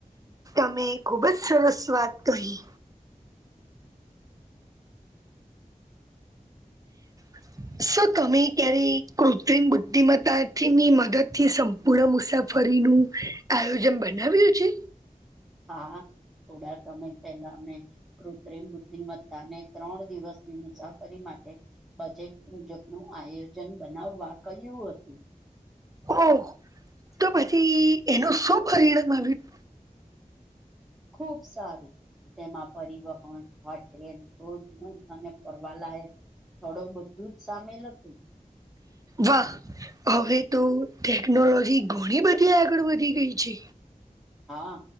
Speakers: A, on the right; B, in the centre.
A: તમે ખુબ જ સરસ વાત કહી <inaudible> સર તમે ક્યારે કૃત્રિમ બુદ્ધિમત્તાથી ની મદદ થી પુણા મુસાફરીનું આયોજન બનાવ્યું છે
B: હા થોડા સમય પેહેલા અમે કૃત્રિમ બુદ્ધિમત્તાને ત્રણ દિવસની મુસાફરી માટે બજેટ મુજબ નું આયોજન બનાવવા કહ્યું હતું
A: ઓ તો પછી એનું શું પરિણામ આવ્યું
B: ખુબ સારું તેમાં પરિવહન હોટેલ રોજ અને ફવાલાય થોડો બધું જ સામેલ હતું
A: વાહ હવે તો ટેકનોલોજી ઘણી બધી આગળ વધી ગઈ છે
B: હા